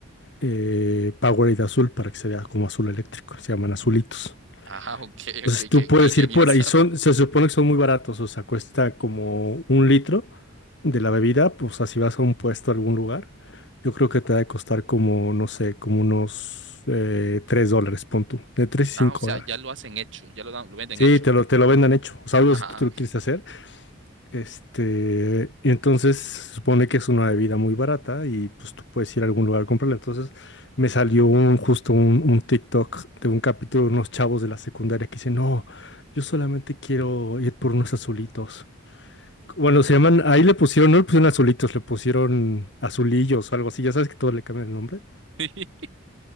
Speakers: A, on the left; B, on the right.
A: eh, Powerade azul para que se vea como azul eléctrico, se llaman azulitos.
B: Ah, <laughs> ok,
A: Entonces
B: ok,
A: tú
B: qué,
A: puedes
B: qué ingeniosa.
A: ir por ahí, son, se supone que son muy baratos, o sea, cuesta como un litro de la bebida, pues así vas a un puesto a algún lugar, yo creo que te va a costar como, no sé, como unos eh, 3 dólares, pon tú, de 3 y
B: Ah,
A: 5
B: o sea,
A: dólares.
B: ya lo hacen hecho, ya lo dan, lo venden
A: Sí,
B: hecho.
A: te lo, te lo vendan hecho, o sea, algo
B: Ajá.
A: si tú te lo quieres hacer, este, y entonces se supone que es una bebida muy barata y pues tú puedes ir a algún lugar a comprarla. Entonces me salió un, justo un, un TikTok de un capítulo de unos chavos de la secundaria que dicen, no, yo solamente quiero ir por unos azulitos. Bueno, se llaman, ahí le pusieron, no le pusieron azulitos, le pusieron azulillos o algo así, ya sabes que todo le cambia el nombre.
B: <laughs>